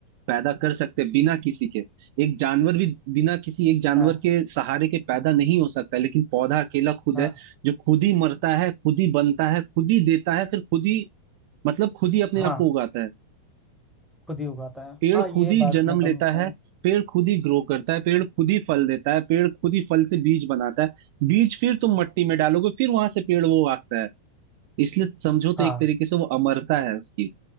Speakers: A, on the right; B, in the centre.
A: पैदा कर सकते हैं बिना किसी के एक जानवर भी बिना किसी एक जानवर
B: हाँ
A: के सहारे के पैदा नहीं हो सकता लेकिन पौधा अकेला खुद
B: हाँ
A: है जो खुद ही मरता है खुद ही बनता है खुद ही देता है फिर खुद ही मतलब खुद ही अपने
B: हाँ
A: आप को उगाता है
B: खुद ही उगाता है
A: पेड़
B: हाँ
A: खुद
B: ये
A: ही
B: बात
A: जन्म
B: में तो
A: लेता
B: मैं
A: है पेड़ खुद ही ग्रो करता है पेड़ खुद ही फल देता है पेड़ खुद ही फल से बीज बनाता है बीज फिर तुम मट्टी में डालोगे फिर वहां से पेड़ वो उगता है इसलिए समझो तो
B: हाँ
A: एक तरीके से वो अमरता है उसकी